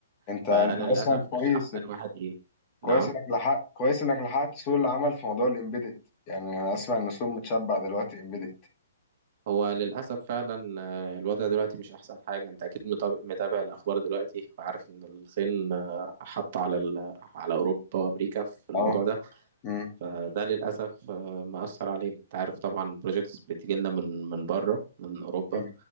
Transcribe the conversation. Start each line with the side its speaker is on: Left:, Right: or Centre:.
Left: انت
Right: فانا
Left: انت
Right: للاسف
Left: اصلا كويس
Right: مش احسن واحد ي...
Left: كويس
Right: نعم
Left: انك لحقت كويس انك لحقت سوق العمل في موضوع الامبيدد يعني انا اسمع ان السوق متشبع دلوقتي امبيدد
Right: هو للأسف فعلا آه، الوضع دلوقتي مش أحسن حاجة أنت أكيد متاب- متابع الأخبار دلوقتي وعارف إن الصين آه، حط على ال... على أوروبا وأمريكا في الموضوع
Left: اه
Right: ده
Left: مم،
Right: فده للأسف آه، مأثر علينا أنت عارف طبعا البروجيكتس بتيجي لنا من من بره من أوروبا
Left: مم،